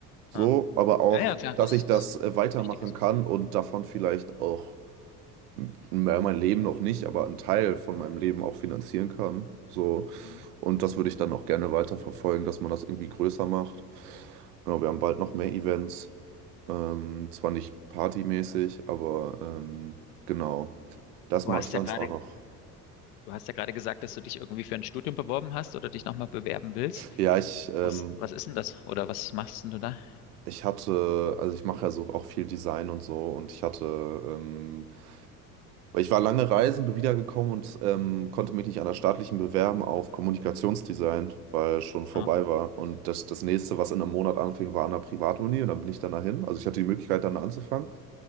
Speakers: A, on the right (about 70°); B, on the left (about 65°).
A: So,
B: Ah.
A: aber auch,
B: Ja, ja, klar,
A: dass
B: das
A: ich
B: ist
A: das äh, weitermachen
B: ganz Wichtiges.
A: kann und davon vielleicht auch, m- naja, mein Leben noch nicht, aber einen Teil von meinem Leben auch finanzieren kann. So,
B: Hm.
A: und das würde ich dann auch gerne weiterverfolgen, dass man das irgendwie größer macht. Ja, wir haben bald noch mehr Events. Ähm, zwar nicht partymäßig, aber ähm, genau. Das
B: Du
A: mache
B: hast
A: ich sonst
B: ja gerade,
A: auch noch.
B: du hast ja gerade gesagt, dass du dich irgendwie für ein Studium beworben hast oder dich nochmal bewerben willst.
A: Ja, ich, ähm,
B: Was, was ist denn das? Oder was machst denn du da?
A: ich hatte, also ich mache ja so auch viel Design und so und ich hatte ähm, Weil ich war lange reisen, bin wiedergekommen und ähm, konnte mich nicht an der staatlichen bewerben auf Kommunikationsdesign, weil schon vorbei
B: Ah.
A: war. Und das, das nächste, was in einem Monat anfing, war an der Privatuni und dann bin ich dann dahin. Also ich hatte die Möglichkeit, dann anzufangen.